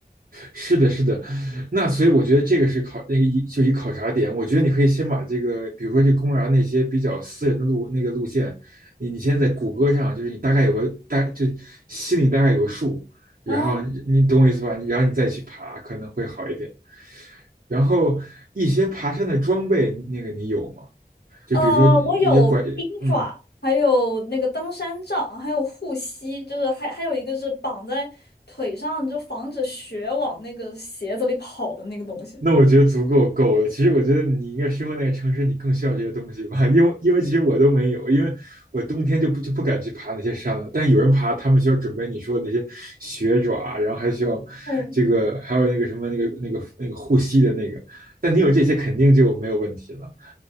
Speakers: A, on the right; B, on the left.
A: 是的，是的，那所以我觉得这个是考那个一就一考察点。我觉得你可以先把这个，比如说这公园那些比较私人的路那个路线，你你先在谷歌上，就是你大概有个大就心里大概有个数，然后你你懂我意思吧？
B: 啊，
A: 你然后你再去爬可能会好一点。然后一些爬山的装备，那个你有吗？就比如说一些拐，
B: 呃，我有冰爪，
A: 嗯，
B: 还有那个登山杖，还有护膝，就是还还有一个是绑在腿上，就防止雪往那个鞋子里跑的那个东西。
A: 那我觉得足够够了。其实我觉得你应该生活那个城市，你更需要这些东西吧，因为因为其实我都没有，因为我冬天就不就不敢去爬那些山了。但有人爬，他们需要准备你说的那些雪爪啊，然后还需要这个，
B: 嗯，
A: 还有那个什么那个那个那个护膝的那个。但你有这些肯定就没有问题了。